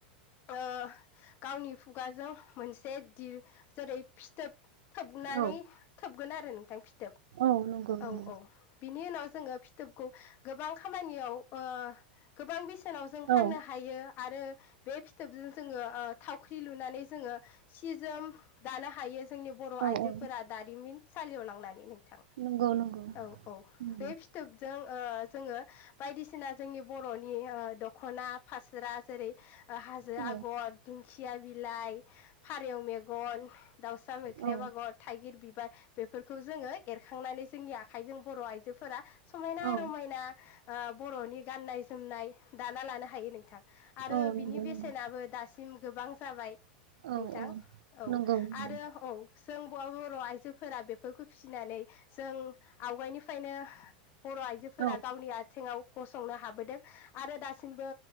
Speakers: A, on the left; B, on the right.
A: ओ-गावनि खुगाजों मोनसे दिर जेरै फिथोब थोबनानै
B: औ
A: थोब गोन आरो नोंथां। थाब
B: औ नंगौ
A: औ
B: नंगौ
A: औ बिनि उनाव जोङो फिथोब। खौ गोबां खामानियाव ओ-गोबां बिस नाव जों
B: औ
A: फाननो हायो। आरो बे फिथोबजों जोङो ओ-थावख्रि लुनानै जोङो सि जोम दानो हायो। जोंनि बर'
B: औ
A: आइजोफोरा
B: औ
A: दारिमिन। सालियाव लांनानै नै। थां
B: नंगौ नंगौ
A: औ औ
B: नंगौ
A: बे फिथोब। ओ-जोङो बायदिसिना जोंनि बर'नि ओ-दख'ना फास्रा जेरै हाजो
B: औ
A: आगर दिंखि खिया बिलाइ फारेव मेगन। दाउसा मोख्रेब
B: औ
A: आगर थाइगिर बिबार। बेफोरखौ जोङो एरखांनानै जोंनि आखाइजों बर' आइजोफोरा समायना
B: औ
A: रमायना आ बर'नि गाननाय जोमनाय दाना लानो हायो नोंथां। आरो
B: औ नंगौ
A: बिनि बेसेनाबो
B: नंगौ
A: दासिम गोबां जाबाय
B: औ
A: नोंथां औ
B: नंगौ नंगौ
A: आरो औ। जों बर' आइजोफोरा बेफोरखौ फिसिनानै जों आवगायनिफ्रायनो बर' आइजोफोरा
B: औ
A: गावनि आथिंङाव गसंनो हाबोदों आरो दासिमबो